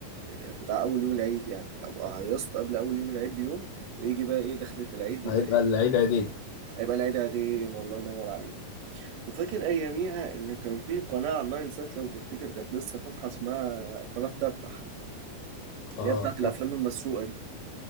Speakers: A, on the right (about 80°); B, on the left (about 75°).
A: ال... بتاع أول يوم العيد يعني أبقى هيصت قبل أول يوم العيد بيوم ويجي بقى إيه دخلة العيد يبقى
B: هيبقى
A: إيه
B: العيد عيدين
A: هيبقى العيد عيدين الله ينور عليك وفاكر أياميها إن كان في قناة على النايل سات لو تفتكر كانت لسه فاتحة اسمها قناة تتح اللي
B: اه
A: هي بتاعت الأفلام المسروقة دي